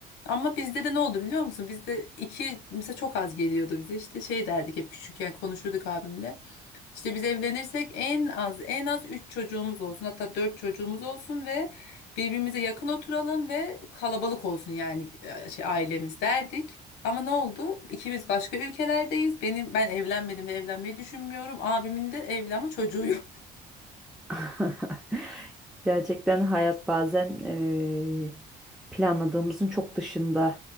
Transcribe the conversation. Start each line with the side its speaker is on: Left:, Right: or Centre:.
Left: Ama bizde de ne oldu biliyor musun? Bizde iki mesela çok az geliyordu bize. İşte şey derdik hep küçükken konuşurduk abimle. İşte biz evlenirsek en az en az 3 çocuğumuz olsun. Hatta 4 çocuğumuz olsun ve birbirimize yakın oturalım ve kalabalık olsun yani e, şey ailemiz derdik. Ama ne oldu? İkimiz başka ülkelerdeyiz. Benim ben evlenmedim ve evlenmeyi düşünmüyorum. Abimin de evli ama çocuğu yok.
Centre: <laughs> Gerçekten hayat bazen eee, planladığımızın çok dışında